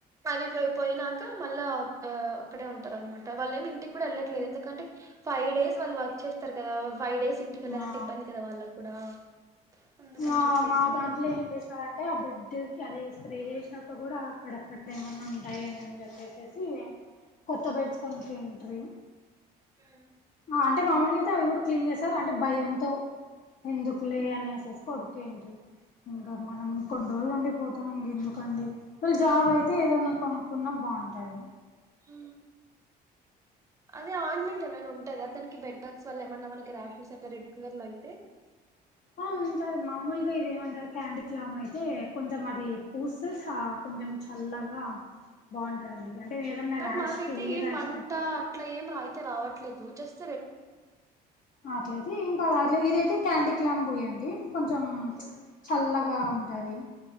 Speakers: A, on the right; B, on the left.
A: అది పో పోయినాక మళ్ళా ఆ అక్కడే ఉంటారు అనమాట వాళ్ళేమి ఇంటికి కూడా వెళ్ళట్లేదు ఎందుకంటే ఫైవ్ డేస్ వాళ్ళు వర్క్ చేస్తారు కదా ఫైవ్ డేస్ ఇంటికి వెళ్ళాలంటే
B: ఆ
A: ఇబ్బంది కదా వాళ్ళకు కూడా అందుకని
B: ఆ
A: చెప్పేసి
B: మా దాంట్లో ఏం చేసినారంటే ఆ బెడ్ క అది స్ప్రే చేసి నాక కూడా అక్కడక్కడ ఏమన్నా ఉంటాఏమో అని చెప్పేసేసి కొత్త బెడ్స్ కొన్పియంట్రీ
A: హ
B: అంటే మామూలుగా అయితే అవి కూడా క్లీన్ చేస్తారు అంటే భయంతో ఎందుకులే అనేసేసి కొడుతీన్ట్రీ ఇంకా మనం కొన్ని రోజులు ఉండి పోతాము ఇంక ఎందుకండి వాళ్ళు జాబ్ అయితే ఏదన్నా కొనుక్కున్నా ఉన్టది
A: ఆ అదే ఆయింట్మెంట్ ఏమైనా ఉంటదా దానికి బెడ్ బ్యాగ్స్ వల్ల ఏమైన్నా మనకి రాషస్ అట్ల రెడ్ కలర్ లో అయితే
B: ఆ ఉంటది మామూలుగా ఇదేమంటారు క్యాండీ క్లామ్ అయితే కొంచెం అది పూసస్ సా కొంచెం చల్లగా బాగుంటదండి అంటే ఏదన్నా
A: బట్
B: ర్యాష్
A: మాకైతే
B: కి ఏ
A: ఏం
B: ర్యాష్
A: మంట
B: కి
A: అట్లా ఏం అయితే రావట్లేదు జస్
B: అట్లయితే ఎం కాదు అట్లా ఇదైతే క్యాండీ క్లాం పూయండి కొంచెం
A: మ్మ్.
B: చల్లగా ఉంటది